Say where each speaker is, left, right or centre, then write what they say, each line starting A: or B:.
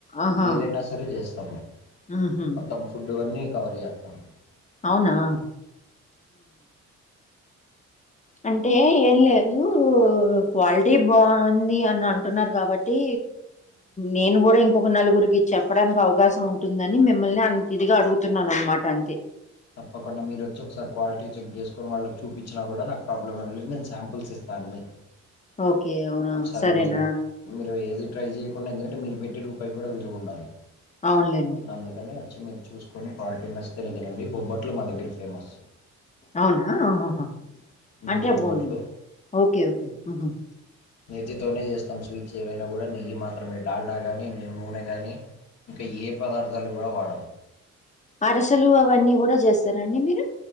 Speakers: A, on the left; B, on the left.
A: ఆహా
B: ఏదైనా సరే చేస్తాము
A: హుహు.
B: మొత్తం ఫుడ్డు అన్నీ కవర్ చేస్తాము.
A: అవునా ఆ అంటే ఏం లేదు క్వాలిటీ బాగుంది అని అంటున్నారు కాబట్టి, నేను కూడా ఇంకొక నలుగురికి చెప్పడానికి అవకాశం ఉంటుంది. ఉంటుందని మిమ్మల్ని అంత ఇదిగా అడుగుతున్నాను అనమాట అంతే,
B: తప్పకుండా మీరు వచ్చి ఒకసారి క్వాలిటీ చెక్ చేసుకొని వాళ్ళకి చూపించినా కూడా నాకు ప్రాబ్లమే్వలేదు నేను శాంపుల్స్ ఇస్తానులే.
A: ఓకే అవునా
B: ఒక సరే
A: సరేనా
B: మీరు మీరు ఏది ట్రై చేయకుండా ఎందుకంటే మీరు పెట్టే రూపాయికి కూడా విలువ ఉండాలి.
A: అవునులేండి,
B: అందుకని వచ్చి మీరు చూసుకొని క్వాలిటీ నచ్చేతే నాద్దాకరికి రండి బొబ్బట్లు మా దగ్గర ఫేమస్.
A: అవునా ఉహా ఉహా
B: నేతి
A: అంటే అబ్బా
B: బొబ్బట్లు
A: ఓకే ఓకే ఉహుమ్
B: నెజ్జి తోనే చేస్తాం స్వీట్స్ ఏవైనా కూడా నెయ్యి మాత్రమే డాల్డా గానీ మీము నూనెగాని, ఇంకా ఏ పదార్థాలు కూడా వాడం.
A: అరసలు అవన్నీ కూడా చేస్తారండి మీరు,